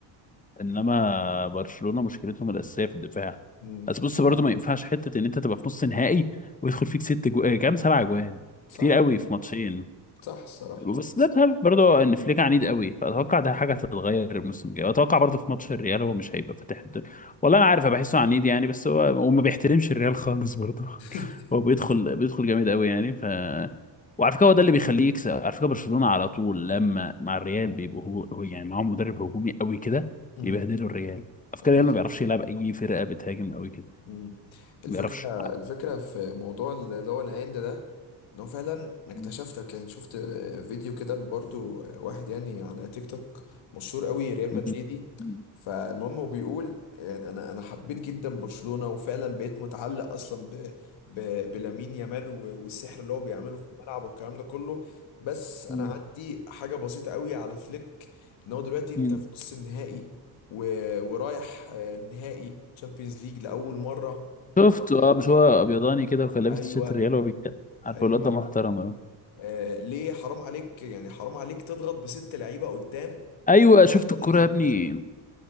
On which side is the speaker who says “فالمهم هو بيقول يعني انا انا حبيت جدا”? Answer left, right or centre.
Left